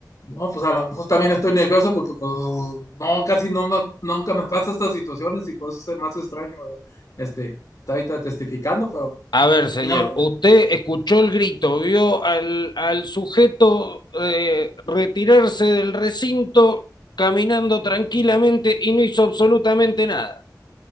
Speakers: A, on the left (about 50°); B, on the left (about 75°).
A: No, pues a lo mejor también estoy nervioso porque pues no, casi no me- nunca me pasa estas situaciones y por eso se me hace extraño. ¿verdad? Este, está ahorita testificando, pero
B: A ver, señor,
A: Y no,
B: usted escuchó el grito, vio al, al sujeto eh, retirarse del recinto caminando tranquilamente y no hizo absolutamente nada.